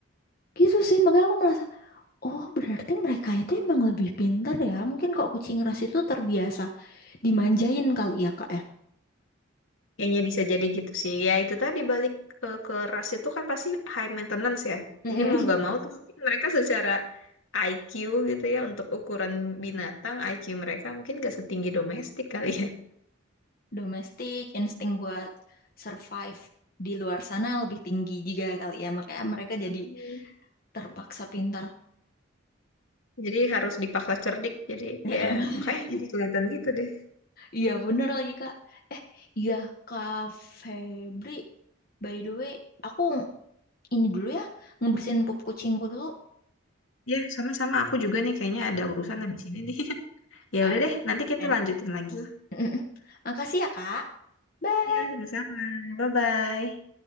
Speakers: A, on the left; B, on the left.
A: gitu sih makanya aku merasa Oh, berarti mereka itu emang lebih pinter ya. Mungkin kok kucing ras itu terbiasa dimanjain kali ya, Kak ya.
B: Kayaknya bisa jadi gitu sih. Ya itu tadi balik ke, ke ras itu kan pasti high maintenance ya.
A: Mm-mm.
B: Jadi mau nggak mau tuh mungkin mereka secara IQ gitu ya untuk ukuran binatang IQ mereka mungkin nggak setinggi domestik kali ya.
A: Domestik, insting buat survive di luar sana lebih tinggi juga kali ya. Makanya mereka jadi
B: Mhm.
A: terpaksa pintar.
B: Jadi harus dipaksa cerdik. Jadi
A: <laughs>
B: ya makanya jadi kelihatan gitu deh.
A: Iya, bener lagi, Kak. Eh, iya, Kak Febri. By the way, aku ini dulu ya, ngebersihin pup kucingku dulu.
B: Ya, sama-sama. Aku juga nih kayaknya ada urusan habis ini nih. <laughs> Ya
A: Ah,
B: udah deh, nanti kita
A: Ya dah.
B: lanjutin lagi.
A: Mm-mm. Makasih ya, Kak. Bye.
B: Ya, sama-sama. Bye-bye.